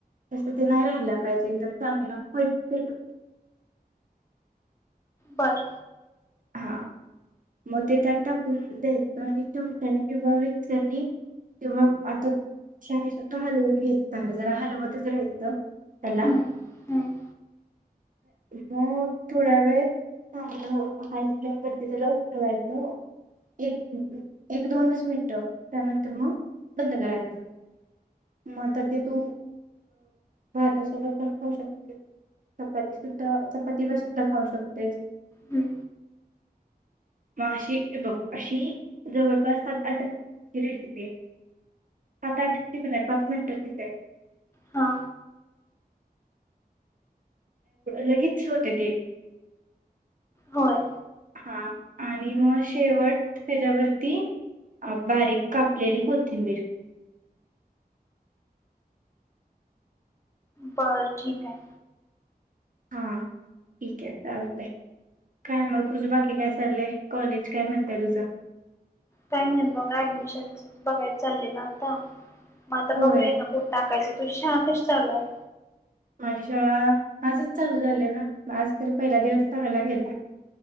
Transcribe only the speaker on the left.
बर
हम्म, हम्म,
हम्म.
हा
होय
बर ठीक आहे.
काय नाही बघा ऍडमिशनच बघायला चाललेलं आता. म
बघू ना कुठ आता काय तुझी शाळा कशी चालू आहे.